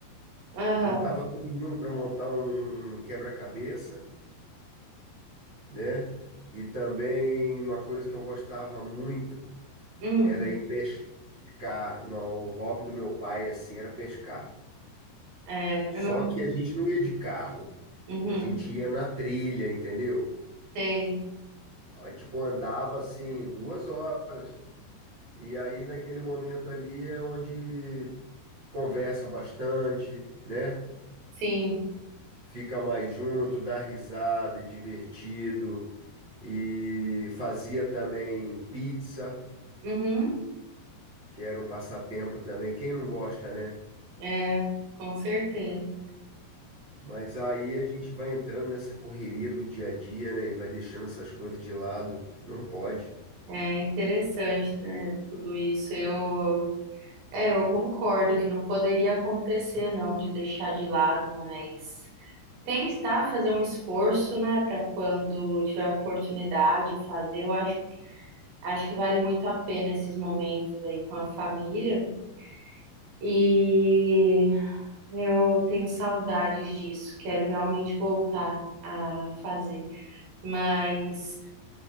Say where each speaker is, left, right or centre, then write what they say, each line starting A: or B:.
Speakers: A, on the right; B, on the right.
A: aham,
B: Juntava todo mundo para montar um, um um quebra-cabeça, né? E também uma coisa que eu gostava muito
A: hum,
B: era ir pescar. Não, o hobby do meu pai assim era pescar.
A: é,
B: Só
A: é meu,
B: que a gente não ia de carro.
A: uhum,
B: A gente ia na trilha, entendeu?
A: sei,
B: Ah, Tipo, andava assim duas horas. E aí, naquele momento ali, é onde conversa bastante, né?
A: sim,
B: Fica mais junto, dá risada, é divertido. E fazia também pizza,
A: uhum.
B: que era um passatempo também. Quem não gosta, né?
A: É, com certeza.
B: Mas aí a gente vai entrando nessa correria do dia a dia, né? E vai deixando essas coisas de lado. Não pode.
A: É interessante, né, tudo isso. Eu, é, eu concordo que não poderia acontecer, não, de deixar de lado, mas tentar fazer um esforço, né, para quando tiver oportunidade fazer. Eu acho, acho que vale muito a pena esses momentos aí com a família. E eu tenho saudades disso. Quero realmente voltar a fazer. Mas